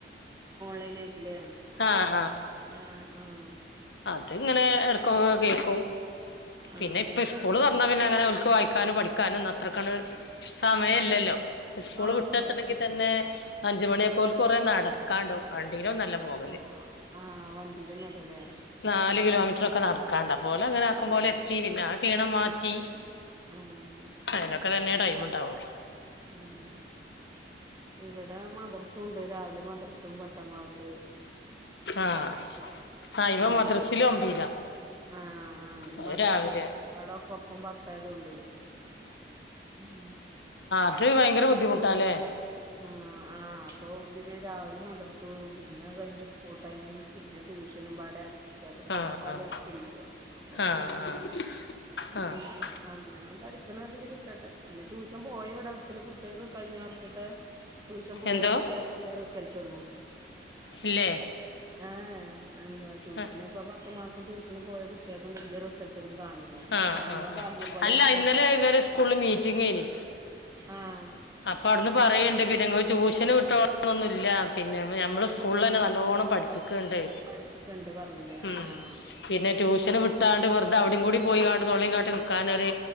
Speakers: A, on the right; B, on the left.
A: പയ്നായിട്ട്ല്ലേ
B: ആഹ്
A: ആഹ് ആഹ്
B: അത്ങ്ങനെ എടുകൊക്കെ കേക്കും
A: ആഹ്
B: പിന്നെ ഇപ്പ സ്കൂള് തൊറന്ന പിന്നെ അങ്ങനെ ഓല്ക്ക് വായിക്കാനും പഠിക്കാനൊന്ന് അത്രക്കങ്ങട് സമയല്ലല്ലോ സ്കൂള്
A: ആഹ്
B: വിട്ടെത്തണങ്കി തന്നെ അഞ്ചുമണിയൊക്കെ ഓൽക് കൊറേ നടക്കാണ്ട് വണ്ടി ലോന്നല്ല പോവല്
A: ആഹ് ആഹ് വണ്ടിയിലൊന്നല്ലല്ലേ
B: നാല് കിലോമീറ്ററൊക്കെ നടക്കാണ്ട് അപ്പൊ ഓലങ്ങനെ ആക്കമ്പോലെ
A: ആഹ്
B: എത്തി പിന്നെ ആ ക്ഷീണം മാറ്റി
A: ആഹ്
B: അയ്നൊക്കെ തന്നെ ടൈം ഇണ്ടാവുള്ളു
A: ഉം ഇവിടെ മദ്റസും ഉണ്ട് രാവിലെ മദ്റസ് സും പത്താം ക്ലാസ്
B: ആഹ്
A: <unintelligible>
B: ആഹ് ഇവൻ മദ്രസില് ഒമ്പയിലാ
A: ആഹ് ആഹ് ഇത്
B: അത്
A: മദ്റസും
B: രാവിലെ
A: സ്കൂളുമ്പാടെ ഒക്കെ ഒപ്പം പ തായ്തോണ്ടേയ് ഉം
B: ഇത് ഭയങ്കര ബുദ്ധിമുട്ടാലേ
A: ആ ആ അപ്പൊ പിന്നെ രാവിലെ മദ്രസും പിന്നെ അത്‌ കഴിഞ്ഞ് സ്കൂൾ ടൈമും പിന്നെ ട്യൂഷനും പാടെ ആവുമ്പോ കുട്ട്യേക്ക് പഠിക്കാല്ലരുതില്ലല്ലോ
B: ആഹ് ആഹ്
A: അപ്പൊ
B: ആഹ് ആഹ്
A: പിന്നെ അവനാന്
B: ആഹ് ആഹ്
A: ഉം അവനാൻ പഠിക്ക്ണാതില് കി ട്ടട്ടെ പിന്നെ ട്യൂഷൻ പോയ ഇവിടെ അട്ത്ത്ല്ല കുട്ട്യേക് കഴിഞ്ഞ വർഷത്തെ ട്യൂഷൻ പോയ
B: എന്തോ
A: കുട്ട്യേക്കൂല്ല. റിസൽറ്റൊന്നും.
B: ഇല്ലേ
A: ആഏ എന്താ ട്യൂഷന്
B: ആഹ്
A: ഇപ്പ പത്തു മാസം ട്യൂഷന് പോയ കുട്ട്യാക്കും വല്ല്യ റിസൾട്ട് ഒന്നും കാൺണില്ല അപ്പൊ
B: ആഹ്
A: പിന്നെ നമ്മള
B: ആഹ് ആഹ്
A: ഭാഗ്യം പോലെ
B: അല്ല
A: വെര്റ്റെ
B: ഇന്നലെ ഇവര് സ്കൂളില് മീറ്റിംഗേനി
A: ആഹ്
B: അപ്പൊ അവ്‌ട്ന്ന് പറയ്ണ്ട് പിന്നെങ്ങള് ട്യൂഷന് വിട്ടോളണൊന്നുംല്ലാന്ന് പിന്നെ ഞമ്മളെ
A: ആഹ്
B: സ്കൂളിലെന്നെ നല്ലോണ്ണം പഠിപ്പിക്ക്ണ്ട്
A: പഠിപ്പിക്കണ്ട് പറഞ്ഞുല്ലേ
B: ഉം
A: ആഹ്
B: പിന്നെ
A: ആഹ്
B: ട്യൂഷന് വിട്ടാണ്ട് വെർ തെ അവിടിം കൂടി പോയിങ്ങാട് തൊള്ളേം കാട്ടി നിക്കാനൊരു